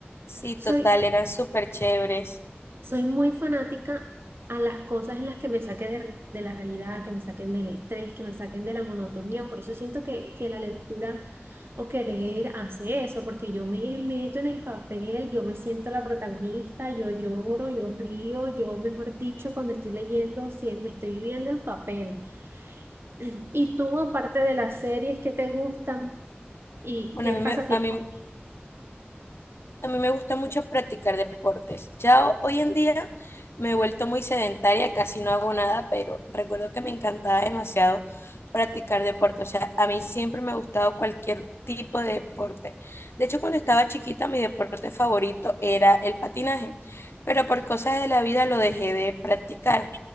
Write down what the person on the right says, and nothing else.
Soy
soy muy fanática a las cosas en las que me saquen de, re- de la realidad, que me saquen del estrés, que me saquen de la monotonía. Por eso siento que, que la lectura o que leer hace eso, porque yo me meto en el papel, yo me siento la protagonista, yo lloro, yo río, yo, mejor dicho, cuando estoy leyendo, sí, me estoy viviendo el papel. <clears throat> Y tú, aparte de las series que te gustan y
qué
pasatiempos